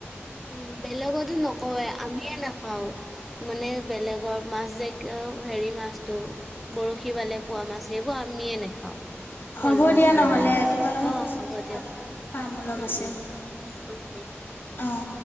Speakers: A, in the centre; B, on the left (about 55°).
A: উ বেলেগতো নকৱে আমিয়ে নাখাও মানে বেলেগৰ মাছ জক। হেৰি মাছতটো বৰশী বালে পোৱা মাছ সেইবোৰ আমিয়ে নাখাওঁ।
B: হ'ব
A: শ'ল মাছ
B: দিয়া
A: গৰৈ
B: নহ'লে
A: মাছ
B: তোমাৰ লগত
A: অ
B: পিছত
A: হ'ব
B: কথা
A: দিয়া
B: পাতিম মোৰ কাম অলপ
A: উম
B: আছে
A: উম। অটো
B: অঁ